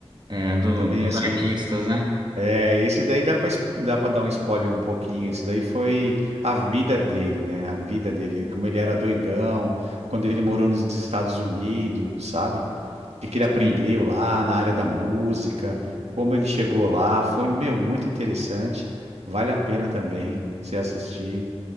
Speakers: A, on the right; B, on the right.
A: é, do,
B: Também,
A: dos
B: assim,
A: artistas, né?
B: é, esse daí dá para dá para dar um spoiler um pouquinho. Esse daí foi a vida dele, né? A vida dele, como ele era doidão, quando ele morou nos Estados Unidos, sabe? o que que ele
A: Sim,
B: aprendeu lá na área da música, como ele chegou lá. Foi, meu, muito interessante. Vale a pena também você assistir.